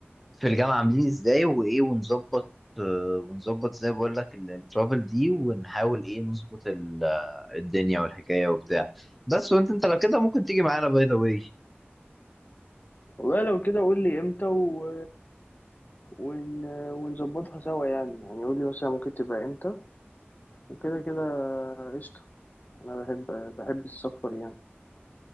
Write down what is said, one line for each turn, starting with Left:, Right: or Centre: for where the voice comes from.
Centre: في الجامعة عاملين ازاي وايه ونظبط آه، ونظبط زي ما بقول لك ال- الترافل دي ونحاول ايه نظبط ال- آه، الدنيا والحكاية وبتاع بس وانت انت لو كده ممكن تيجي معانا باي ذا واي
Left: والله لو كده قول لي امتى و... ون... ونظبطها سوا يعني يعني قول لي مثلا ممكن تبقى امتى وكده كده قشطة انا بحب بحب السفر يعني